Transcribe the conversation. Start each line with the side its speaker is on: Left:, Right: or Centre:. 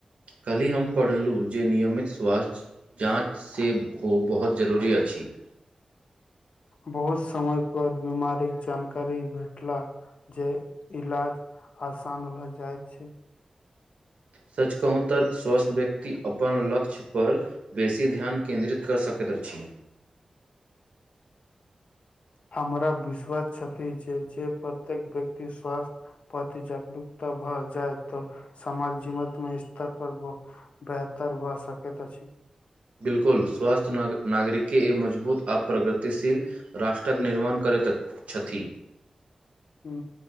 Right: काल्हि हम पढ़लहुँ जे नियमित स्वास्थ्य जाँचसँ हो बहुत जरूरी अछि <inaudible>
Left: बहुत समय पर बीमारीक जानकारी भेटला जे इलाज आसान भए जाइत छै
Right: सच कहू तऽ स्वस्थ व्यक्ति अपन लक्ष्य पर बेसी ध्यान केंन्द्रित कर सकत अछि
Left: हमरा विश्वास छती जे जे प्रत्येक व्यक्ति स्वस्थ प्रति जागरूकता भऽ जाय तऽ समाज जीवत मे स्तर पर पैर कर बा सकेत अछि
Right: बिलकुल स्वस्थ्य नाग नागरिके ई मजबूत आ् प्रगतिशील राष्ट्रक निर्माण कर करैत छथि
Left: ह